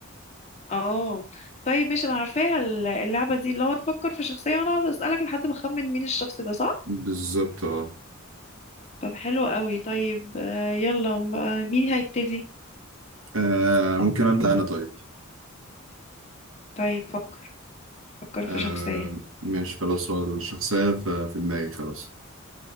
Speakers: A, on the left; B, on the right.
A: اه طيب ماشي انا عارفاها ال- اللعبة دي اللي هو تفكر في شخصية وانا اقعد اسألك لحد ما اخمن مين الشخص ده صح
B: بالظبط اه
A: طب حلو قوي طيب آه يلا م- آه، مين هيبتدي
B: آه، ممكن ابدا انا طيب
A: طيب فكر فكر
B: أه
A: في شخصية
B: ماشي خلاص هو الشخصيه في, في دماغي خلاص